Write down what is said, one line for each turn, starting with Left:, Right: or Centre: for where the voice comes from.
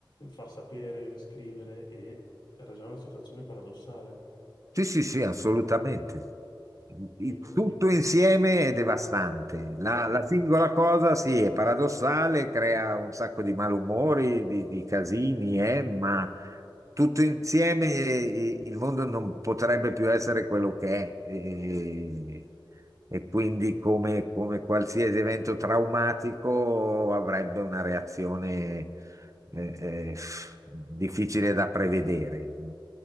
Left: far sapere, scrivere e era già una situazione paradossale.
Right: Sì, sì, sì, assolutamente. I-
Left: È incredibile.
Right: Tutto insieme è devastante. La,
Left: Esatto.
Right: la singola cosa, sì, è paradossale, crea un sacco di malumori, di, di casini, eh, ma
Left: Sì.
Right: tutto insieme eh, il mondo non potrebbe più essere quello che è. E,
Left: No.
Right: e quindi, come, come qualsiasi evento traumatico, avrebbe una reazione eh, eh, difficile da prevedere.